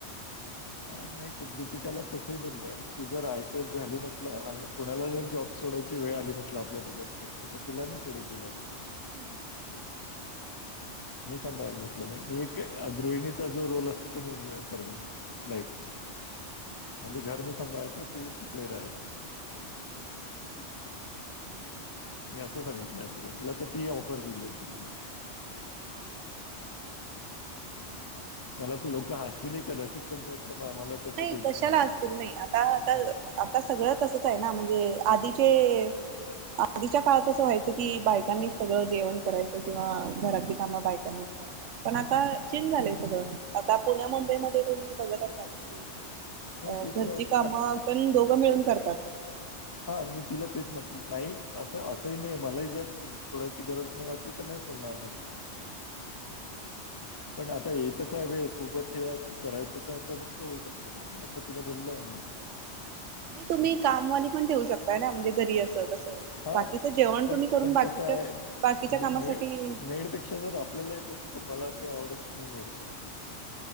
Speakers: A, on the left (about 35°); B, on the right (about 80°).
A: हा नाही तर दीपिकाला तसंही बोललोय तू जर आयपीएस झाली म्हटलं आणि कुणाला
B: हा
A: जर जॉब सोडायची वेळ आली म्हटलं आपल्या दोघांपैकी तर तुला नाही सोडू देणार
B: हां हं
A: मी सांभाळेल म्हटलं म मी एक गृहिणीचा जो रोल असो तो मी करेल म्हट लाईक म्हणजे घर मी सांभाळायचं तू तिकडे राहायच
B: ते काम कर
A: मी असं सांगितलंय तिला तिला तर ती ऑफर दिली होती
B: ठीक आहे चांगलाय
A: मला त लोकं हसतील ही कदाचित पण <unintelligible>
B: नाही कशाला
A: आहे
B: हसतील
A: म्हटलं.
B: नाही आता आता
A: हं.
B: आता सगळं तसंच आहे ना म्हणजे आधीचे आधीच्या काळात असं व्हायचं की बायकांनीच सगळं जेवण करायचं किंवा घरातली कामं बायकांनीच करायच पण आता चेंज झालंय सगळं आता पुण्या मुंबईमध्ये तुम्ही बघत असाल कि
A: हां,
B: अ
A: ते
B: घरची
A: तर आहेच.
B: कामं
A: आता
B: पण दोघं मिळून करतात
A: हा मी तिला तेच म्हटलं नाही असं असेही नाही मलाही जर सोडायची गरज नाही वाटली तर नाही सोडणार म्हटलं
B: हम्म
A: पण आता येतंच आहे वेळ खूपचं हे करायचंच आहे तर मग सोडू शकत
B: हम्म.
A: असं तिला बोललो आहे ना
B: नाही तुम्ही कामवाली पण ठेवू शकताय ना म्हणजे घरी असं कसं
A: हा
B: बाकीचं जेवण
A: पण
B: तुम्ही करून
A: पण
B: बाकीच्या
A: कसं आहे म
B: बाकीच्या कामासाठी
A: मेळ मेडपेक्षा जर आपल्याला तर मला ते आवडतच नाही मेडच्या हा